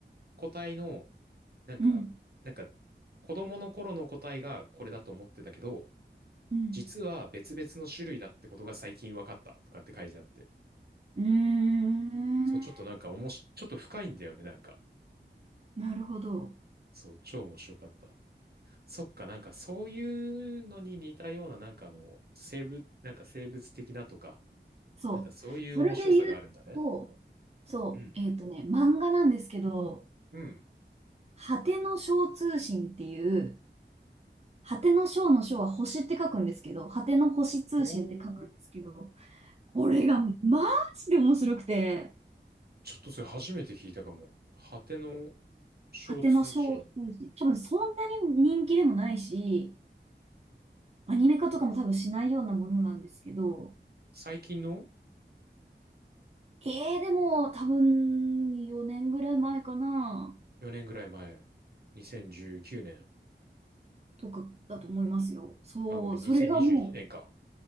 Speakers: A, on the right; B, on the right.
A: 個体の、なんか、
B: うん。
A: なんか、子供の頃の個体がこれだと思ってたけど、
B: うん。
A: 実は別々の種類だってことが最近分かったとかって書いてあって。
B: うーん。
A: そう、ちょっとなんかおもし、ちょっと深いんだよね、なんか。
B: なるほど。
A: そう、超面白かった。そっか、なんかそういうのに似たような、なんかあの、生物、なんか生物的なとか、
B: そう。
A: なんかそういう面白さがあるんだね。
B: それで言うと、そう、
A: うん
B: えっとね、漫画なんですけど、
A: うん。
B: 果ての章通信っていう、果ての章の章は星って書くんですけど、果ての星通信って書くんですけど、
A: おー。
B: これがマジで面白くて、
A: ちょっとそれ初めて聞いたかも。果ての小通信。
B: 果ての章通信、多分そんなに人気でもないし、アニメ化とかも多分しないようなものなんですけど、
A: うん。うん最近の
B: えー、でも多分4年ぐらい前かな、
A: 4年ぐらい前。2019年。
B: とかだと思いますよ。そう、
A: あ、ごめん、
B: それがもう、
A: 2021年か。